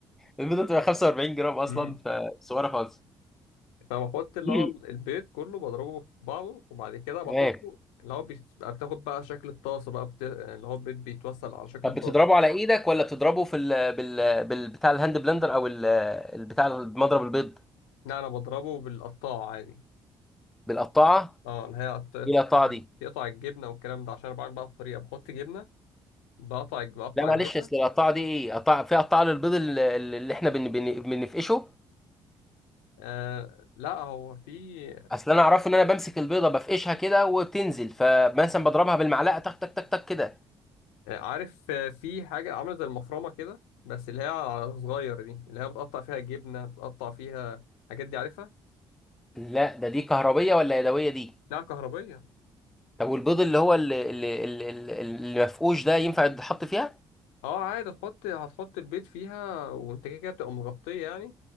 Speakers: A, in the centre; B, on the left.
A: البيضه بتبقى 45 جرام اصلا
B: أمم.
A: فصغيره خالص
B: فبحط اللي
A: <laughs> مم.
B: هو البيض كله بضربه في بعضه وبعد كده بحطه
A: تمام
B: اللي هو بيبقى بتاخد بقى شكل الطاسه بقى بت... اللي هو البيض بيتوصل على شكل
A: طب
B: الطاسه
A: بتضربه على ايدك ولا بتضربه في ال بال بال بتاع الهاند بلندر او ال البتاع مضرب البيض
B: لا انا بضربه بالقطاعه عادي
A: بالقطاعه
B: اه اللي هي قط-
A: ايه القطاعه دي
B: تقطع الجبنه والكلام ده عشان انا بعمل بقى بطريقه بحط جبنه بقطع بقطع
A: لا معلش
B: الجبنه
A: اصل القطاعه دي ايه قطاعه في قطاعه للبيض اللي اللي احنا بن بن بنفقشه
B: آه لا هو في
A: اصل انا اعرفه ان انا بمسك البيضه بفقشها كده وبتنزل فمثلا بضربها بالمعلقه تك تك تك تك كده
B: آه، عارف آه، في حاجة عاملة زي المفرمة كده بس اللي هي على صغير دي اللي هي بتقطع فيها جبنة بتقطع فيها الحاجات دي عارفها؟
A: لا ده دي كهربيه ولا يدويه دي
B: نعم كهربية
A: طب والبيض اللي هو اللي اللي اللي اللي- اللي مفقوش ده ينفع يتحط فيها
B: اه عادي هتحط هتحط البيض فيها وانت كده كده بتبقى مغطية يعني